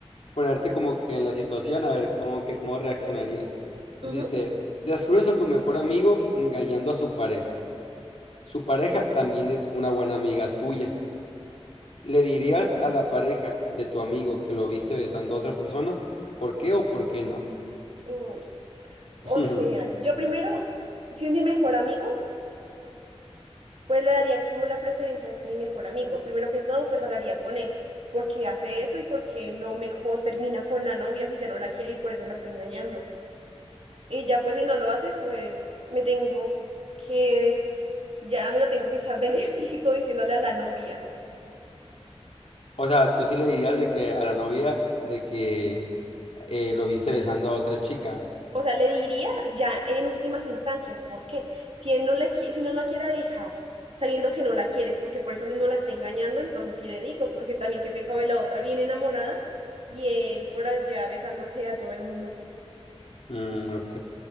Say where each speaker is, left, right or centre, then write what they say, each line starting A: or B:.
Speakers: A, on the left; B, on the right.
A: ponerte como que en la situación, a ver cómo que cómo reaccionarías. Dice,
B: Ujú.
A: descubres a tu mejor amigo engañando a su pareja. Su pareja también es una buena amiga tuya. ¿Le dirías a la pareja de tu amigo que lo viste besando a otra persona? ¿Por qué o por qué no?
B: Uy. O
A: <laughs>
B: sea, yo primero, si es mi mejor amigo, pues le daría como la preferencia a mi mejor amigo. Primero que todo, pues hablaría con él. ¿Por qué hace eso y por qué no mejor termina con la novia si ya no la quiere y por eso la está engañando? Y ya pues si no lo hace, pues me tengo que, ya me lo tengo que echar de <laughs> enemigo diciéndole a la novia.
A: O sea, tú sí le dirías de que a la novia de que eh, lo viste besando a otra chica.
B: O sea, le diría ya en últimas instancias, ¿por qué? Si él no la, qui- si no la quiera dejar, sabiendo que no la quiere, porque por eso mismo la está engañando, entonces sí le digo, porque también qué pecado de la otra, bien enamorada, y él por allá besándose a todo el mundo.
A: Mm, ok.